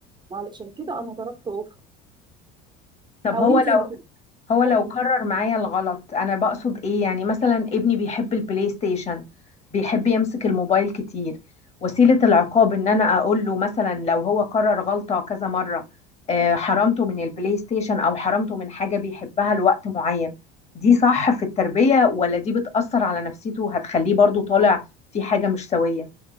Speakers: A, on the right; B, on the left.
A: وعلشان كده انا ضربت اختي
B: طب
A: او
B: هو
A: انت
B: لو
A: هتلقائي
B: هو لو كرر معايا الغلط انا بقصد ايه يعني مثلا ابني بيحب البلاي ستيشن بيحب يمسك الموبايل كتير وسيلة العقاب ان انا اقول له مثلا لو هو كرر غلطة كذا مرة آه، حرمته من البلاي ستيشن او حرمته من حاجة بيحبها لوقت معين دي صح في التربية ولا دي بتأثر على نفسيته وهتخليه برضو طالع في حاجة مش سوية